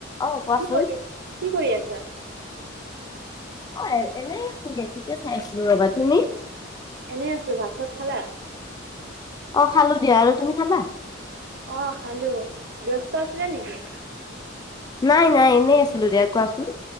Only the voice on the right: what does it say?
কি কৰি কি কৰি আছা?
এনেই আছো, ভাত-চাত খালা?
অ', খালো, ব্যস্ত আছিলে নেকি?